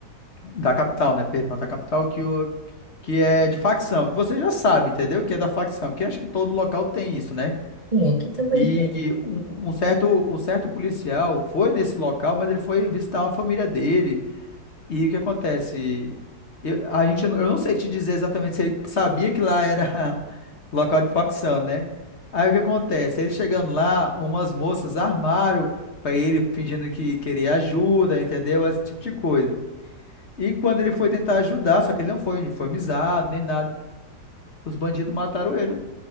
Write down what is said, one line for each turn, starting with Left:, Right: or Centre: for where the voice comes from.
Left: da capital, né, perdão, da capital, que, o, que é de facção, que você já sabe, entendeu? Que é da facção, que acho que todo local tem isso, né?
Right: Sim, aqui também
Left: E
Right: tem.
Left: um, um certo, um certo policial foi nesse local, mas ele foi visitar uma família dele, e o que acontece? Eu, a gente, não- eu não sei te dizer exatamente se ele sabia que lá era <laughs> local de facção, né? Aí o que acontece? Ele chegando lá, umas moças armaram pra ele, fingindo que queria ajuda, entendeu? Esse tipo de coisa. E quando ele foi tentar ajudar, só que ele não foi uniformizado nem nada, os bandidos mataram ele.